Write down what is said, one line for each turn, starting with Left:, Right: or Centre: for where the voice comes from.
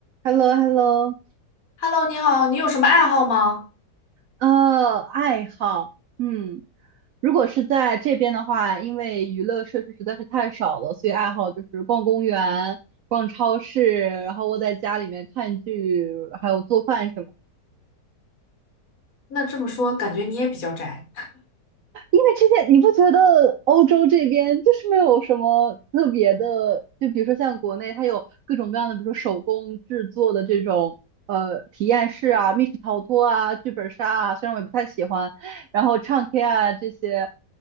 Right: h e l l o h e l l o
Left: Hello，你好，你有什么爱好吗？
Right: 呃，爱好，嗯，如果是在这边的话，因为娱乐设施实在是太少了，所以爱好就是逛公园、逛超市，然后窝在家里面看剧，还有做饭什么的
Left: 那这么说，感觉你也比较宅。
Right: 因为之前你不觉得欧洲这边就是没有什么特别的，就比如说像国内，它有各种各样的，比如说手工制作的这种呃体验式啊、密室逃脱啊、剧本杀啊，虽然我也不太喜欢，然后唱 K 啊这些，